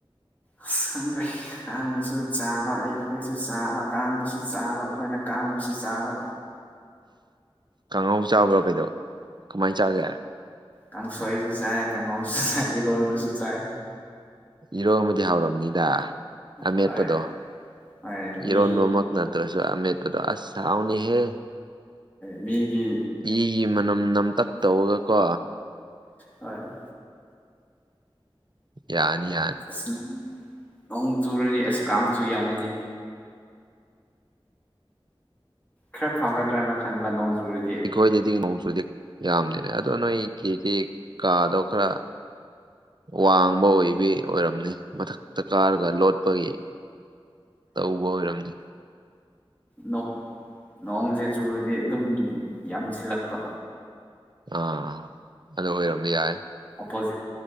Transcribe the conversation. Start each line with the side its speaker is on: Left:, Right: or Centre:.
Left: ꯑꯁ ꯈꯪꯗ꯭ꯔꯦ ꯀꯥꯡꯁꯨ ꯆꯥꯕ ꯑꯈꯣꯏꯁꯨ ꯆꯥꯕ ꯀꯥꯡꯅꯁꯨ ꯆꯥꯕ ꯑꯈꯣꯏꯅ ꯀꯥꯡꯕꯨꯁꯨ ꯆꯥꯕ
Right: ꯀꯥꯡꯉꯧ ꯆꯥꯕ꯭ꯔ ꯀꯩꯅꯣ ꯀꯃꯥꯏꯅ ꯆꯥꯒꯦ
Left: ꯀꯥꯡꯁꯣꯏꯖꯨ ꯆꯥꯏ ꯀꯥꯡꯉꯧꯁꯨ ꯆꯥꯏ ꯏꯔꯣꯟꯕꯁꯨ ꯆꯥꯏ
Right: ꯏꯔꯣꯟꯕꯗꯤ ꯍꯥꯎꯔꯝꯅꯤꯗ꯫ ꯑꯃꯦꯠꯄꯗꯣ
Left: ꯍꯣꯏ ꯍꯣꯏ ꯃꯤ
Right: ꯏꯔꯣꯟꯕꯃꯛ ꯅꯠꯇ꯭ꯔꯁꯨ ꯑꯃꯦꯠꯄꯗꯣ ꯑꯁ ꯍꯥꯎꯅꯤꯍꯦ꯫
Left: ꯃꯤꯒꯤ
Right: ꯏꯒꯤ ꯃꯅꯝ ꯅꯝꯇꯛ ꯇꯧꯔꯒ ꯀꯣ
Left: ꯍꯣꯏ
Right: ꯌꯥꯅꯤ ꯌꯥꯅꯤ
Left: ꯑꯁ ꯅ ꯅꯣꯡ ꯆꯨꯔꯗꯤ ꯑꯁ ꯀꯥꯡꯁꯨ ꯌꯥꯝꯃꯤꯅꯦ꯫ ꯈꯔ ꯐꯒꯗ꯭ꯔꯅ ꯈꯟꯕ ꯅꯣꯡꯆꯨꯔꯗꯤ꯫
Right: ꯑꯈꯣꯏꯗꯗꯤ ꯅꯣꯡꯆꯨꯗꯦ ꯌꯥꯝꯗꯦꯅꯦ ꯑꯗꯣ ꯅꯣꯏꯒꯤꯗꯤ ꯀꯥꯗꯣ ꯈꯔ ꯋꯥꯡꯕ ꯑꯣꯏꯕꯤ ꯑꯣꯏꯔꯝꯅꯤ ꯃꯊꯛꯇ ꯀꯥꯔꯒ ꯂꯣꯠꯄꯒꯤ꯫ ꯇꯧꯕ ꯑꯣꯏꯔꯝꯅꯤ꯫
Left: ꯅꯣ ꯅꯣꯡꯁꯦ ꯆꯨꯔꯗꯤ ꯑꯗꯨꯝ ꯌꯥꯝꯁꯤꯜꯂꯛꯄ꯫
Right: ꯑꯥ ꯑꯗꯨ ꯑꯣꯏꯔꯝꯕ ꯌꯥꯏ
Left: ꯑꯣꯄꯣꯖꯤꯠ